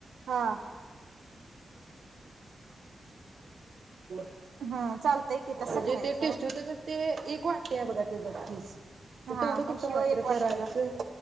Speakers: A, on the right (about 80°); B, on the right (about 45°).
A: हा
B: <unintelligible>
A: हा. चालतंय की
B: म्हणजे
A: तसं करायचं
B: ते टेस्टी होते ते एक वाटी आहे बघा तेझा किस
A: हा
B: तेवढं
A: मग
B: कुठं
A: शिव
B: मात्र
A: एक वाटीच
B: करायचं